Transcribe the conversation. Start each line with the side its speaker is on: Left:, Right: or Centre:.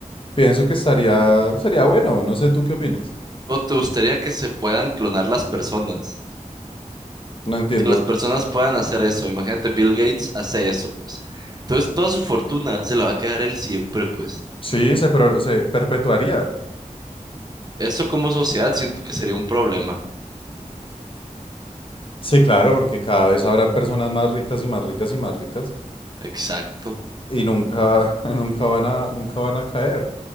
Left: Pienso que estaría, sería bueno, no sé tú qué opinas.
Right: ¿O te gustaría que se puedan clonar las personas?
Left: No entiendo.
Right: que las personas puedan hacer eso. Imagínate, Bill Gates hace eso, pues. Entonces, toda su fortuna se la va a quedar él siempre, pues.
Left: Sí, se, pro- se perpetuaría.
Right: Eso como sociedad siento que sería un problema.
Left: Sí, claro, porque cada vez habrán personas más ricas y más ricas y más ricas
Right: Exacto.
Left: y nunca, <laughs> nunca van a, nunca van a caer.